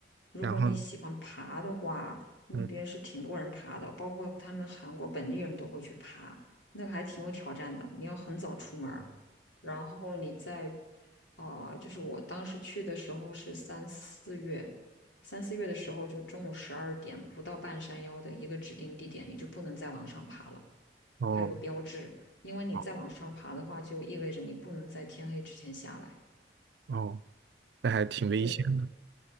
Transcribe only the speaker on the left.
如果你喜欢爬的话，
那边是挺多人爬的，
包括他们韩国本地人都会去爬，那个还挺有挑战的。你要很早出门儿然后你在啊、就是我当时去的时候是三四月，三四月的时候就中午十二点不到半山腰的一个指定地点，你就不能再往上爬了，
它有个标志，因为你再往上爬的话，
就意味着你不能在天黑之前下来。
对。